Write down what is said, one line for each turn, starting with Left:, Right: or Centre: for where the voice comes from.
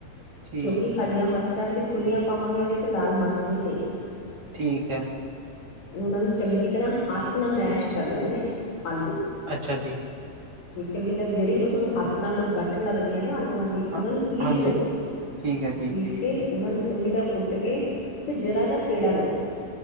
Right: ਠੀਕ
Left: ਕਿਉਂਕਿ ਹਰੀਆਂ
Right: ਹੈ
Left: ਮਿਰਚਾਂ ਅਸੀਂ ਖੁੱਲੀਆਂ ਪਾਵਾਂਗੇ ਉਹਦੇ ਚ ਲਾਲ ਮਿਰਚ ਨੀ ਚਾਹੀ ਦੀ।
Right: ਠੀਕ ਹੈ।
Left: ਉਹਨਾਂ ਨੂੰ ਚੰਗੀ ਤਰ੍ਹਾਂ ਹੱਥ ਨਾਲ ਮੈਸ਼ ਕਰਨੇ ਨੇ ਆਲੂ।
Right: ਅੱਛਾ ਜੀ।
Left: ਚੰਗੀ ਤਰਾਂ ਜੇੜੀ ਕੁਛ ਓਹਨੂੰ ਹੱਥ ਨਾਲ ਕੋਈ ਗਠ ਲੱਗਦੀ ਹੈ ਨਾ ਆਲੂਆਂ ਨੂੰ, ਉਹਨਾ
Right: ਹਾਂਜੀ
Left: ਨੂੰ ਪੀਸ ਲੋ
Right: ਠੀਕ ਹੈ ਜੀ
Left: ਪੀਸ ਫੇਰ ਉਹਨਾਂ ਨੂੰ ਚੰਗੀ ਤਰ੍ਹਾਂ ਕੁੱਟ ਕੇ ਤੇ ਜਰਾ ਜਾ ਪੇੜਾ ਲੋ,